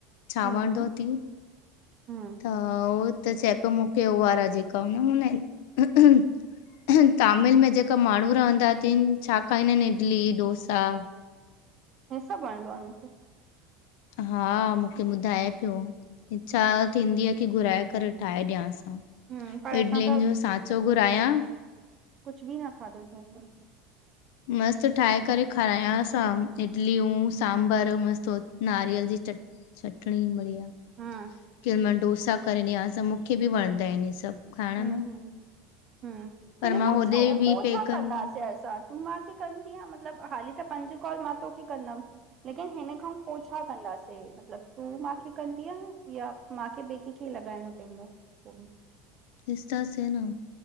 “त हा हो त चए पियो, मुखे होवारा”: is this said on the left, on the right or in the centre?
Left